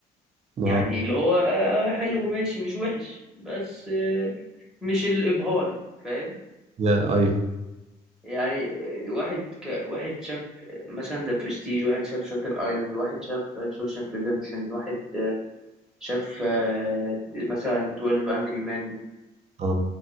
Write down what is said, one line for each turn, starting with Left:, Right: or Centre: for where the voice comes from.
Right: ما
Centre: يعني اللي هو آه، آه، حلو ماشي مش وحش بس آه، مش الابهار فاهم
Right: يا ايوه
Centre: يعني واحد ك... واحد شاف مثلا ذا برستيج واحد شاف شاتر ايلاند واحد شاف شوشانك ريدمبشن واحد شاف آه، مثلا 12 انجري مان
Right: اه